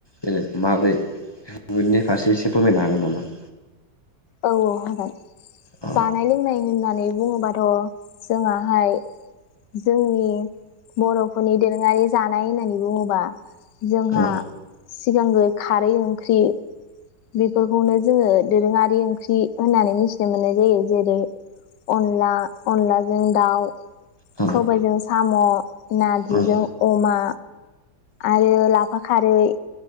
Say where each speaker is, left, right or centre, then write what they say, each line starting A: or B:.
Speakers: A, on the left; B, on the left.
A: जेनेबा माब्रै बेनि फारसे एसे फोरमायनो हागोन नामा?
B: औ औ हागोन
A: औ
B: जानाय लोंनाय होननानै बुङोबाथ' जोंहाहाय जोंनि बर'फोरनि दोरोङारि जानाय होननानै बुङोबा जोंहा
A: औ
B: सिगांग्रो खारै ओंख्रि बेफोरखौनो जोङो दोरोङारि ओंख्रि होननानै मिथिनो मोननाय जायो जेरै - अनला अनलाजों दाउ
A: औ
B: सबाइजों साम' नारजिजों
A: औ
B: अमा आरो लाफा खारै